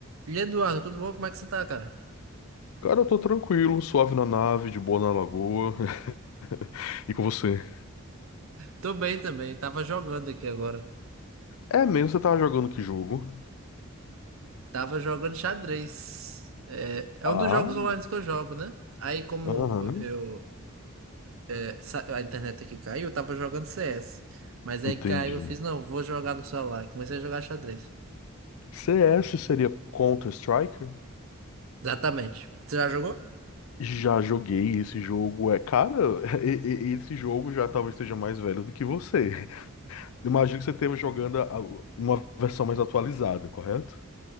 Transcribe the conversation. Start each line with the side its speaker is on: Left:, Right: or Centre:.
Right: E Eduardo, tudo bom? Como é que você tá, cara?
Left: Cara, eu tô tranquilo, suave na nave, de boa na lagoa. <laughs> E com você?
Right: Tô bem também, tava jogando aqui agora.
Left: É mesmo, você tava jogando que jogo?
Right: Tava jogando xadrez. É, é
Left: Ah,
Right: um dos jogos online que eu jogo, né? Aí como
Left: aham.
Right: eu, é, sa- a internet aqui caiu, eu tava jogando CS. Mas aí
Left: Entendi.
Right: caiu, eu fiz, não, vou jogar no celular. E Comecei a jogar xadrez.
Left: CS seria Counter-Strike?
Right: Exatamente. Você já jogou?
Left: Já joguei esse jogo. É, cara, <laughs> e- e- esse jogo já talvez esteja mais velho do que você. <laughs> Imagino que você esteve jogando a- uma versão mais atualizada, correto?